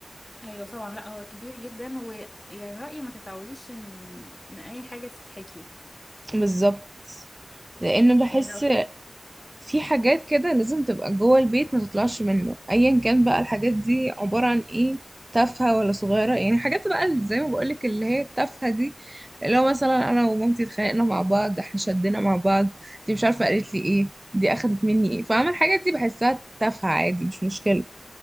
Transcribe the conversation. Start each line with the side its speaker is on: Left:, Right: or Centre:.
Left: ايوه طبعا لا هو كبير جدا ويعني رأيي ما تتعوديش ان ان اي حاجة تتحكي
Right: بالظبط لان بحس
Left: يعني لو
Right: في حاجات كده لازم تبقى جوه البيت ما تطلعش منه ايا كان بقى الحاجات دي عبارة عن ايه تافهة ولا صغيرة يعني حاجات بقى اللي زي ما بقولك اللي هي التافهة دي اللي هو مثلا انا ومامتي اتخانقنا مع بعض احنا شدنا مع بعض دي مش عارفة قالت لي ايه دي اخدت مني ايه فاهمة
Left: صح
Right: الحاجات دي بحسها تافهة عادي مش مشكلة